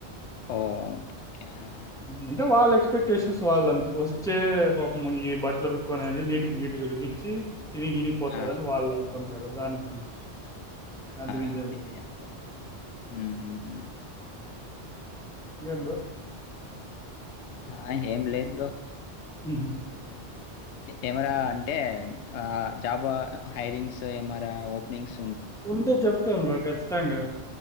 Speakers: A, on the left; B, in the centre.
A: ఓ ఒకే ఒకే ఆ ఆ
B: అంటే వాళ్ళ ఎక్స్పెక్టేషన్స్ వాళ్ళంతే వచ్చే పాపం ఈ బట్టలు ఉతిక్కునేది నీటిని నీటిగా ఉడికిచ్చి తినిగిని పోతారన్
A: ఆ!
B: అనుకుంటారు. దానికంత అంతమించేది
A: హా అది
B: లేదు.
A: <unintelligible> బ్రో ఉహు హు హూ
B: ఇంగేమ్ బ్రో
A: హా ఏం లేదు. బ్రో
B: ఉహు
A: ఇ కెమరా అంటే మ్ ఆ జాబవా హైరింగ్స్ తో ఏమరా ఓపినింగ్స్
B: ఉంటే చెప్తాను. బ్రో కచ్చి తంగా